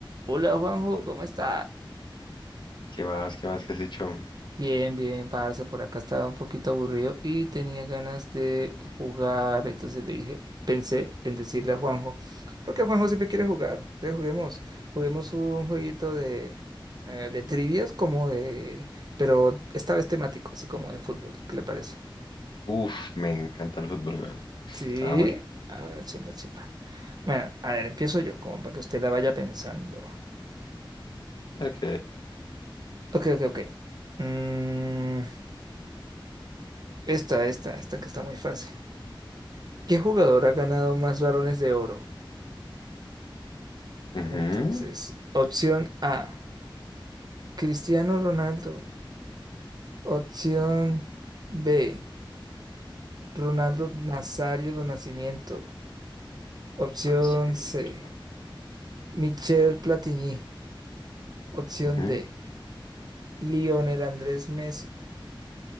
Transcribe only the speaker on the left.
¿Qué más? ¿Qué más que has hecho?
Uf, me encanta el fútbol, weón.
Ah, vale.
Ok.
Ujú.
Conocimiento.
Ujú.